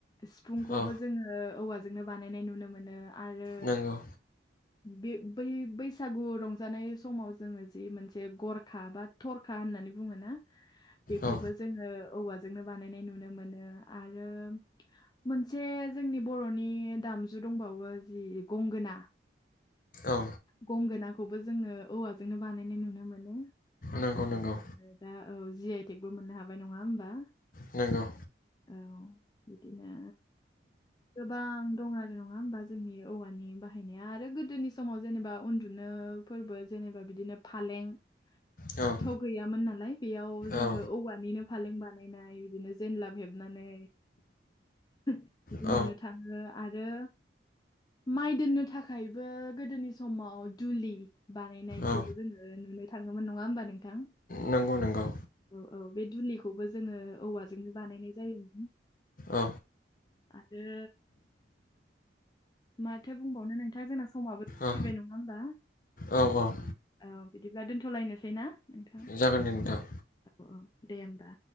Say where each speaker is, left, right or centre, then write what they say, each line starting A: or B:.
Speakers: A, on the left; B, on the left.
A: सिफुंखौबो
B: औ
A: जोङो औवाजोंनो बानायनाय नुनो मोनो आरो
B: नंगौ
A: बे बै बैसागु रंजानाय समाव जोङो जि मोनसे गरखा बा थरखा होननानै बुङोना बेखौबो
B: औ
A: जोङो औवाजोंनो बानायनाय नुनो मोनो आरो मोनसे जोंनि बर'नि दामजु दंबावो जि गंगोना
B: औ
A: गंगोनाखौबो जोङो औवाजोंनो बानायनाय नुनो मोनो
B: नंगौ
A: जेबादि
B: नंगौ
A: दा औ जि आइ टेकबो मोननो हाबाय नङा होमबा
B: नोंगौ
A: औ बिदिनो गोबां दं आरो नङा होमबा जोंनि औवानि बाहायनाया आरो गोदोनि समाव जेनेबा उन्दुनो फोरबो जेनेबा बिदिनो फालें
B: औ
A: थ' गैयामोन नालाय बेयाव जोङो
B: औ
A: औवानिनो फालें बानायनाय बिदिनो जेनलाब हेबनानै बिदि
B: औ
A: नुनो थाङो आरो माइ दोननो थाखायबो गोदोनि समाव दुलि बानायनायखौबो
B: औ
A: जोङो नुनो थाङोमोन नङा होमबा नोंथां
B: नंगौ नंगौ
A: औ औ बे दुलिखौबो जोङो औवाजोंनो बानायनाय जायोमोन
B: औ
A: आरो माथो बुंबावनो नोंथां जोंना समाबो
B: औ
A: फैबाय नङा होमबा
B: औ औ
A: औ बिदिब्ला दोनथ'लायनोसै ना नोंथां
B: जागोन दे नोंथां
A: औ औ दे होमबा।